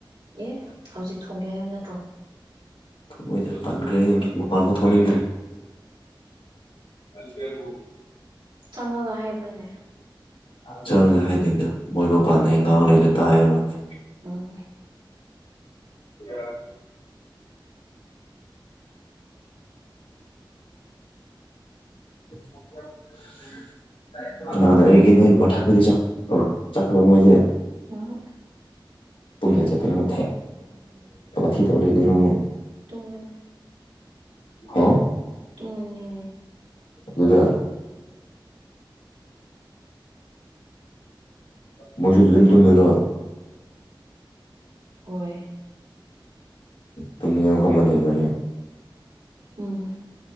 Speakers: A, on the right (about 85°); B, on the left (about 80°).
A: ꯑꯦ ꯍꯧꯖꯤꯛ ꯊꯣꯡꯒꯦ ꯍꯥꯏꯕ ꯅꯠꯇ꯭ꯔꯣ
B: ꯃꯣꯏꯗ ꯄꯟꯈ꯭ꯔꯦ ꯃꯄꯥꯟ ꯐ ꯊꯣꯛꯅꯤꯡꯗ꯭ꯔꯦ ꯀ
A: ꯆꯪꯉꯒ ꯍꯥꯏꯕ꯭ꯔꯅꯦ
B: ꯆꯪꯒꯦ ꯍꯥꯏꯗꯤꯗꯣ ꯃꯣꯏ ꯃꯄꯥꯟꯗ ꯉꯥꯡꯉꯩꯗ ꯇꯥꯏꯔꯅꯦ
A: ꯎꯝ
B: ꯑꯣ <inaudible> ꯀꯅꯥꯅ ꯑꯩꯒꯤ ꯅꯣꯏ ꯃꯊꯛꯈꯗꯤ ꯆꯈ꯭ꯔ ꯆꯠꯈ꯭ꯔꯣ ꯃꯣꯏꯁꯦ
A: ꯎꯝ
B: ꯄꯨꯡꯌꯥ ꯆ ꯊ ꯂꯩꯨꯡ ꯊꯤ ꯇ ꯂꯩꯣꯏꯔ
A: ꯇꯨꯡꯒꯅꯤ
B: ꯍ
A: ꯇꯨꯝꯒꯅꯤ
B: ꯑꯗꯨꯗ ꯃꯁꯤꯗꯤꯟ ꯇ ꯃꯔꯣ
A: ꯍꯣꯏ
B: ꯇꯨꯅ ꯈꯝꯕ ꯂꯩ ꯃꯅꯤꯅꯦ
A: ꯎꯝ